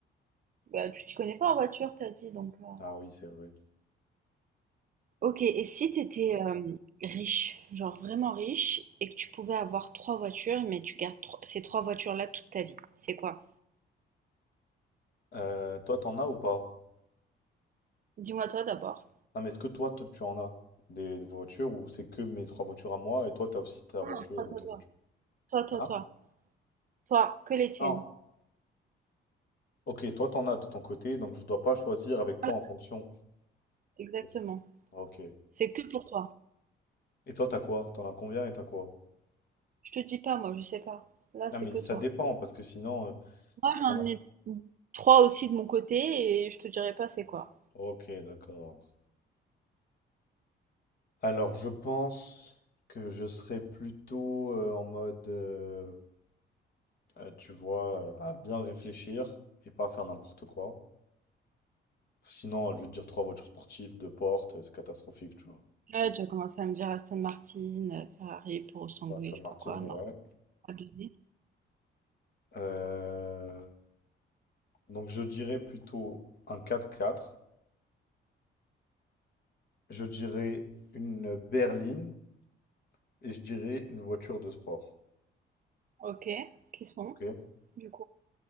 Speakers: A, on the right (about 45°); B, on the left (about 55°).
A: Bah, tu t'y connais pas en voiture, t'as dit, donc... euh.
B: Ah oui, c'est vrai.
A: Ok, et si t'étais euh, riche, genre vraiment riche, et que tu pouvais avoir trois voitures, mais tu gardes tro- ces trois voitures-là toute ta vie, c'est quoi?
B: Euh, toi, t'en as ou pas?
A: Dis-moi toi d'abord.
B: Non, mais est-ce que toi, t- tu en as des, des voitures ou c'est que mes trois voitures à moi et toi, t'as aussi ta voiture
A: Toi, toi,
B: ou
A: toi.
B: tes voitures?
A: Toi, toi,
B: Ah,
A: toi. Toi, que les tiennes.
B: non. Ok, toi t'en as de ton côté, donc je dois pas choisir avec toi
A: Voilà,
B: en fonction.
A: exactement.
B: C'est ça. Ok.
A: C'est que pour toi.
B: Et toi t'as quoi? T'en as combien et t'as quoi?
A: Je te dis pas, moi, je sais pas. Là,
B: Non
A: c'est
B: mais
A: que
B: ça
A: toi.
B: dépend parce que sinon, euh,
A: Moi,
B: si
A: j'en
B: t'en as...
A: ai trois aussi de mon côté, et je te dirai pas c'est quoi.
B: Ok, d'accord. Alors je pense que je serais plutôt euh, en mode, euh, euh, tu vois, euh, à bien réfléchir et pas faire n'importe quoi. Sinon, euh, je vais te dire trois voitures sportives, deux portes, euh, c'est catastrophique, tu vois.
A: Ouais, tu as commencé à me dire Aston Martin, euh, Ferrari, Puro Sanguis,
B: Pas Aston
A: je sais
B: Martin,
A: pas quoi.
B: mais
A: Non,
B: ouais.
A: abusé.
B: Euh, Donc je dirais plutôt un quatre-quatre. Je dirais une berline et je dirais une voiture de sport.
A: Ok, qui sont,
B: ok
A: du coup?